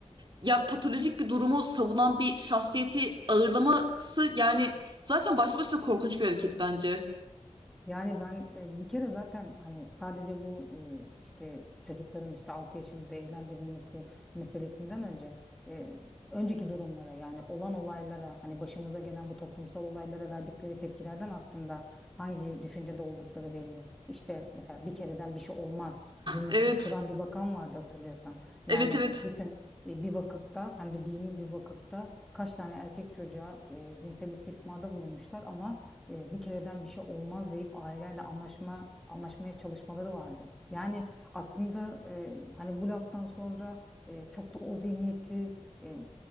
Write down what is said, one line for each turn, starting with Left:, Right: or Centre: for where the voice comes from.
Right: ya patolojik bir durumu savunan bir şahsiyeti ağırlaması yani zaten başlı başına korkunç bir hareket bence.
Centre: Yani ben e, bir kere zaten hani sadece bu e, işte çocukların işte 6 yaşında evlendirilmesi meselesinden önce e, önceki durumlara yani olan olaylara hani başımıza gelen bu toplumsal olaylara verdikleri tepkilerden aslında hangi düşüncede oldukları belli. İşte mesela bir kereden bir şey olmaz cümlesini
Right: Evet.
Centre: kuran bir bakan vardı hatırlıyorsan.
Right: Evet
Centre: Yani
Right: evet.
Centre: bütün e, bir vakıfta hem de dini bir vakıfta kaç tane erkek çocuğa e, cinsel istismarda bulunmuşlar ama e, bir kereden bir şey olmaz deyip ailelerle anlaşma anlaşmaya çalışmaları vardı. Yani aslında e, hani bu laftan sonra e, çok da o zihniyeti e,